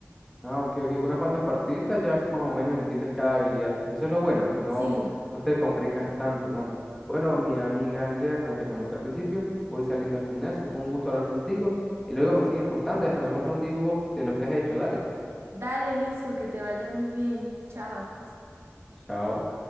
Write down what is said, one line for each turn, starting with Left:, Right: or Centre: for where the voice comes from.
Centre: Ah, ok, ok. Unas cuantas partiditas ya más o menos entiendes cada habilidad. Eso es lo bueno, que no,
Right: Sí,
Centre: no te complicas tanto, tanto. Bueno, mi amiga Andrea, como te comenté al principio, voy saliendo al gimnasio. Fue un gusto hablar contigo. Y luego me sigues contando y hasta me muestra un dibujo de los que has hecho. Dale.
Right: dale, listo, que te vaya muy bien. Chao.
Centre: Chao.